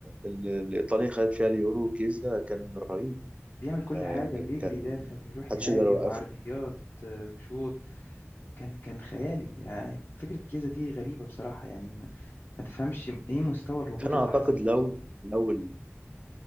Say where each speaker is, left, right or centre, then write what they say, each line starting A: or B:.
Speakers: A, on the right; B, on the left.
A: اللي إيطاليا خدت فيها اليورو كيزا كان رهيب
B: بيعمل كل
A: آه
B: حاجة
A: يعني
B: بيجري
A: كان
B: يدافع بيروح يهاجم
A: محدش يقدر يوقفه
B: عرضيات آه، شوط كان كان خيالي يعني فكرة كيزا دي غريبة بصراحة يعني ما, ما تفهمش إيه مستوى الهبوط
A: فأنا
B: اللي
A: أعتقد
B: حصل
A: لو لو